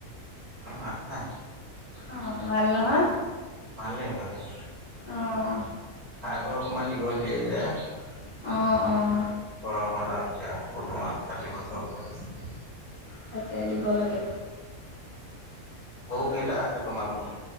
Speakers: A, on the right; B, on the left.
A: অ আছা
B: অ ভাল নহয়।
A: ভালেই ভালেই
B: অঁ
A: খাইবোৰ অকণমান দীঘল দিয়ে যে-
B: অঁ অঁ
A: বনোৱা এতিয়াম ষাঠি বছৰ হ'।
B: তাতে দিব লাগে
A: গৰু কেইটা আছে তোমালোকৰ